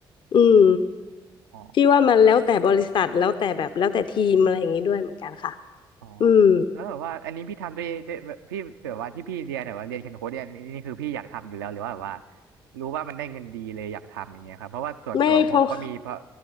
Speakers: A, on the left (about 40°); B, on the right (about 75°).
A: อืม
B: บ
A: พี่ว่ามันแล้วแต่บริษัทแล้วแต่แบบแล้วแต่ทีมอะไรอย่างนี้ด้วยเหมือนกันค่ะ
B: อ๋อ
A: อืม
B: แล้วแบบว่าอันนี้พี่ทำด้วยด้วยแบบพี่แบบว่าที่พี่เรียนเนี่ยว่าเรียนเขียนโค้ดเนี่ยนี่นี่คือพี่อยากทำอยู่แล้วหรือว่าแบบว่ารู้ว่ามันได้เงินดีเลยอยากทำอย่างเงี้ยครับเพราะว่าส่วนตัวผมก็มีเพราะ
A: ไม่เพราะ